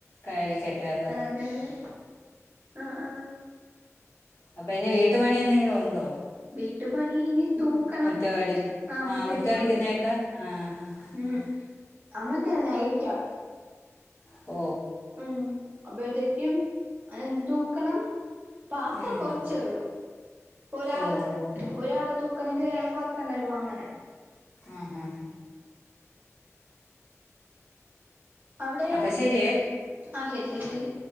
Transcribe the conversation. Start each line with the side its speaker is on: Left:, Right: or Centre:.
Left: കഴിക്കട്ടെ അത്
Right: അതെ അതെ ആഹ് ആഹ്
Left: അപ്പൊ ഇനി വീട്ടു പണി എന്തെങ്കിലും ഉണ്ടോ
Right: വീട്ടു പണി ഇനി തൂക്കണം
Left: മുറ്റവടിപ്പ്
Right: ആഹ് മുറ്റം
Left: മുറ്റവടിക്കുന്നയൊക്കെ
Right: അടിപ്പൊണ്ട്
Left: ആഹ് ആഹ് ആഹ്
Right: ഉം അമ്മക്ക് നയിറ്റാ
Left: ഓ
Right: ഉം അപ്പഴതേക്കും തൂക്കണം പാത്രം
Left: ഉം
Right: കൊറച്ചേ ഉള്ളൂ ഇപ്പൊ ഒരാള്
Left: ഓഹ്
Right: ഒരാള് തൂ ക്കണെങ്കിൽ ഒരാൾ പാത്രം കഴിവും അങ്ങന
Left: ആഹ് ഹാ
Right: അവിടെയാ
Left: അപ്പൊ ശരിയേ
Right: ആഹ് ശരി ശരി ശരി